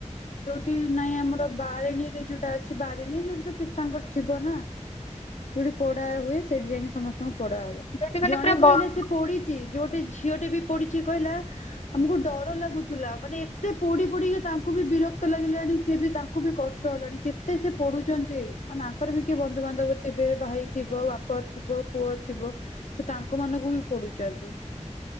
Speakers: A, on the left; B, on the left.
A: ଯୋଉଠି ନାଇଁ ଆମର ବାରିଣୀରେ ଯୋଉଟା ଅଛି ବାରିଣୀ ଯୋଉଠି ତ ପିତାଙ୍କର ଥିବ ନା। ଯୋଉଠି ପୋଡା ହୁଏ ସେଠି ଯାଇକି ସମସ୍ତଙ୍କୁ ପୋଡା ହବ।
B: ଯୋଉଠି ମାନେ
A: ଜଣେ
B: ପୁରା
A: କହିଲେ
B: ବଡ
A: ସେ ପୋଡ଼ିଛି ଯେ ଗୋଟେ ଝିଅଟେ ବି ପୋଡିଛି କହିଲା। ଆମକୁ ଡ ଲାଗୁଥିଲା ମାନେ ଏତେ ପୋଡି ପୋଡିକା ତାଙ୍କୁ ବି ବିରକ୍ତ ଲାଗିଲାଣି ସ ବି ତାଙ୍କୁ ବି କଷ୍ଟ ହେଲାଣି। ଏତେ ସେ ପୋଡୁଛନ୍ତି ମାନେ ଆଙ୍କର ବି କିଏ ବନ୍ଧୁବାନ୍ଧବ ଥିବେ ଭାଇ ଥିବ ବାପା ଥିବ ପୁଅ ଥିବ। ସେ ତାଙ୍କ ମାନଙ୍କୁ ବି ପୋଡୁଛନ୍ତି।